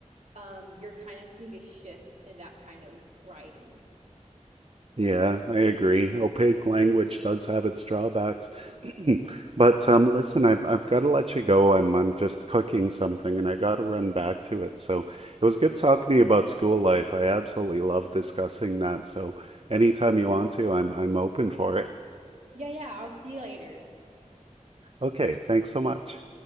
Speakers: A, on the right; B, on the right.
A: um, you're kind of seeing a shift in that kind of writing.
B: Yeah, I agree. Opaque language does have its drawbacks. <clears throat> But um, listen, I, I've got to let you go. I'm I'm just cooking something and I got to run back to it. So it was good talking to you about school life. I absolutely love discussing that. So anytime you want to, I'm I'm open for it.
A: Yeah, yeah, I'll see you later.
B: Okay, thanks so much.